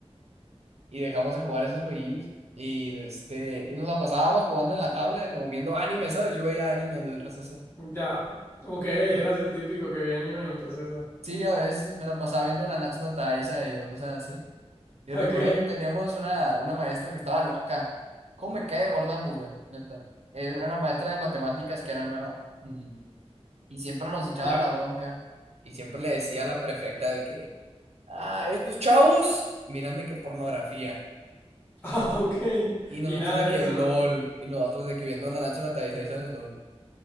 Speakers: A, on the right; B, on the left.
A: <laughs> y dejamos de jugar esos jueguillos. Y, de este, y nos la pasábamos jugando en la tablet o viendo anime, ¿sabes? Yo veía anime en el receso.
B: ya. Ok, eras
A: de-
B: el típico que veía anime en el receso.
A: Sí, a veces me la pasaba viendo Nanatsu no Taizai o cosas así. Y
B: Ok,
A: recuerdo que teníamos una, una maestra que estaba loca. ¿Cómo me cae de gorda mujer, neta? Eh, Era una maestra de matemáticas que era nueva. Ujú. Y siempre nos echaba
B: ya.
A: la
B: <laughs>
A: bronca. Y siempre le decía a la prefecta de que, ah, estos chavos miran de que pornografía.
B: Ah, ok.
A: Y nosotros
B: Y nada
A: de
B: de
A: que
B: eso,
A: LOL.
B: ¿no?
A: Y nosotros de que viendo Nanatsu no Taizai, ¿sabes? LOL.